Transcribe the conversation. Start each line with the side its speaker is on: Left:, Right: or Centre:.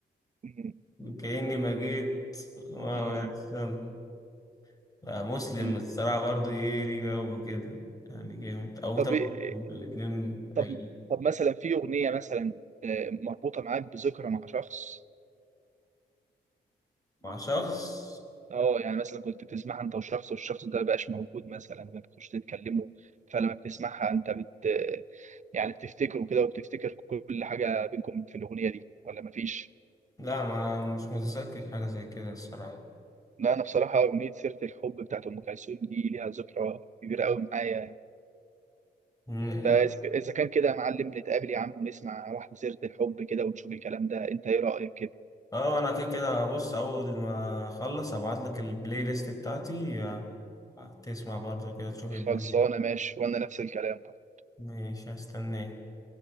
Right: مم.
Left: كأني ما جيت واو
Right: مم.
Left: يا أحسن آه، مسلم
Right: مم.
Left: الصراحة برضه ايه ليه جو كده يعني جامد او
Right: طب
Left: تمام
Right: إيه
Left: الاتنين
Right: طب
Left: رايقين
Right: طب مثلا في اغنيه مثلا آه، مربوطه معاك بذكرى مع شخص
Left: مع شخص
Right: اه يعني مثلا كنت بتسمعها انت وشخص والشخص ده مبقاش موجود مثلا ما بتخش تتكلموا فلما بتسمعها انت بت يعني بتفتكره كده وبتفتكر كل حاجه بينكم في الاغنيه دي ولا مفيش
Left: لا ما مش متذكر حاجة زي كده الصراحة
Right: لا انا بصراحه اغنيه سيره الحب بتاعت ام كلثوم دي ليها ذكرى كبيره قوي معايا يعني
Left: مم.
Right: فاذا ك- إذا كان كده يا معلم نتقابل يا عم ونسمع واحده سيره الحب كده ونشوف الكلام ده انت ايه رايك كده
Left: اه انا كده كده بص اول ما اخلص ابعت لك البلاي ليست بتاعتي آه، تسمع برضه كده تشوف الدنيا
Right: خلصانه ماشي وانا نفس الكلام برضه.
Left: ماشي هستناك